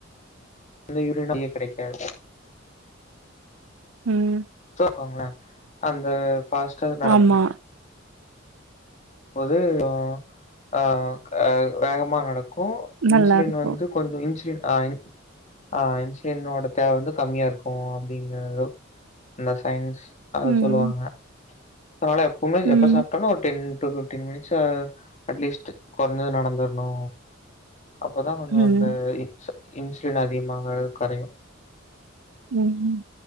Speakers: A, on the left; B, on the right.
A: அந்த யூரினோ டியே கெடைக்காது
B: ம்
A: கோங்ளே அந்த பாஸ்டர் நடக்கும்
B: ஆமா.
A: ஒதே ஒ அ க வேகமா நடக் க்கு இன்சுலின்
B: நல்லாருக்கும்.
A: வந்து கொஞ்சோ இன்சுலின் ஆ இன் ஆ இன்சுலினோட தேவ வந்து கம்மியாருக்கு அப்டிங்கிறது அந்த சயின்ஸ் அத
B: ம்.
A: சொல்லுவாங்க அனால எப்புமே
B: ம்.
A: எப்ப சாப்டாலு ஒரு டென் டூ ஃபிப்டீன் மினிட்ஸ் அ அட்லீஸ்ட் கொரஞ்சது நடந்தர்ணு அப்பதா கொஞ்சோ
B: ம்.
A: அந்த இன்ஸ் இன்சுலின் அதிகமாக கரையு
B: ம் ம்